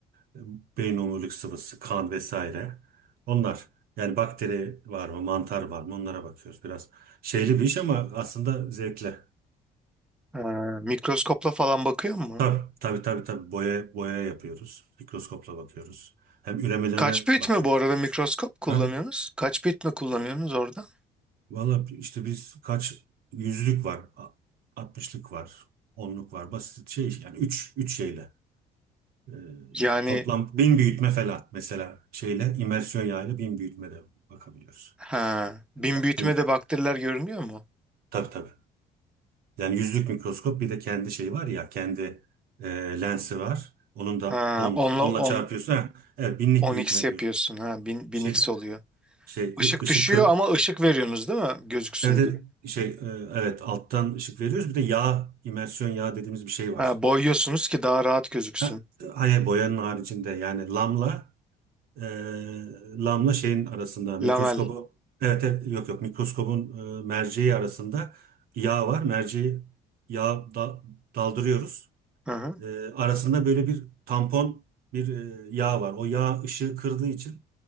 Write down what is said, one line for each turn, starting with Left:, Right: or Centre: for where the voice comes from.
Right: e, beyin omurilik sıvısı, kan vesaire. Onlar yani bakteri var mı, mantar var mı onlara bakıyoruz. Biraz şeyli bir iş ama aslında zevkli.
Centre: Ha, mikroskopla falan bakıyor mu?
Right: Tabii tabii tabii tabii boya boya yapıyoruz. Mikroskopla bakıyoruz. Hem üremelerine
Centre: Kaç bit
Right: bakıyoruz.
Centre: mi bu arada mikroskop kullanıyorsunuz?
Right: Ha?
Centre: Kaç bit mi kullanıyorsunuz orada?
Right: Valla işte biz kaç yüzlük var, a- altmışlık var, onluk var, basit şey yani üç, üç şeyle. Ee,
Centre: Yani
Right: toplam bin büyütme falan mesela şeyle imersiyon yağıyla bin büyütmede bakabiliyoruz.
Centre: Ha, bin
Right: Bin Kat,
Centre: büyütme
Right: bin kat.
Centre: de bakteriler görünüyor mu?
Right: Tabii tabii. Yani yüzlük mikroskop bir de kendi şeyi var ya kendi e, lensi var. Onun da
Centre: Ha,
Right: on,
Centre: onla
Right: onla çarpıyorsun.
Centre: on
Right: Ha, evet binlik
Centre: on
Right: büyütme
Centre: x yapıyorsun.
Right: diyoruz.
Centre: Ha, bin
Right: Şey,
Centre: bin x oluyor.
Right: şey
Centre: Işık
Right: ı- ışık
Centre: düşüyor
Right: kır-
Centre: ama ışık veriyorsunuz değil mi? Gözüksün
Right: Evet, evet,
Centre: diye.
Right: şey e, evet alttan ışık veriyoruz. Bir de yağ, imersiyon yağ dediğimiz bir şey var.
Centre: Ha, boyuyorsunuz ki daha rahat gözüksün.
Right: Ha, hayır boyanın haricinde yani lamla e, lamla şeyin arasında mikroskobu
Centre: Lamel.
Right: evet, evet yok yok mikroskobun e, merceği arasında yağ var. Merceği yağ da- daldırıyoruz.
Centre: Hı hı.
Right: E, arasında böyle bir tampon bir e, yağ var. O yağ ışığı kırdığı için